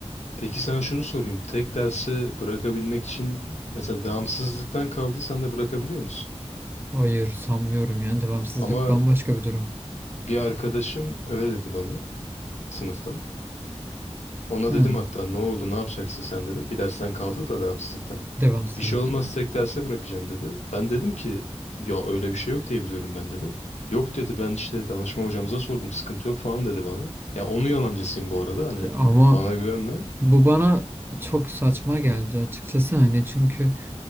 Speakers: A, on the left; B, on the right.
A: Peki sana şunu sorayım. Tek dersi bırakabilmek için mesela devamsızlıktan kaldıysan da bırakabiliyor musun?
B: Hayır sanmıyorum ya. Devamsızlık
A: Ama
B: bambaşka bir durum.
A: bir arkadaşım öyle dedi bana sınıftan. Ona
B: Hmm,
A: dedim hatta ne oldu ne yapacaksın sen dedim. Bir dersten kaldı da devamsızlıktan.
B: devamsızlık.
A: Bir şey olmaz tek derse bırakacağım dedi. Ben dedim ki ya öyle bir şey yok diye biliyorum ben dedim. Yok dedi ben işte danışma hocamıza sordum sıkıntı yok falan dedi bana. Ya onun yalancısıyım bu arada hani
B: Ya ama
A: bana güvenme.
B: bu bana çok saçma geldi açıkçası hani çünkü